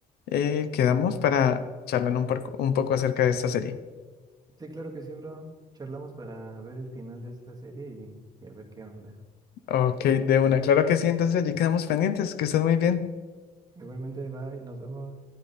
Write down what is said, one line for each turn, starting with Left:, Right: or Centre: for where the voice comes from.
Left: eh, quedamos para charlar un, porco- un poco acerca de esta serie.
Right: Sí, claro que sí, bro. Charlamos para ver el final de esta serie y, y a ver qué onda.
Left: Ok, de una, claro que sí, entonces allí quedamos pendientes, que estés muy bien.
Right: <laughs> Igualmente, bye, nos vemos.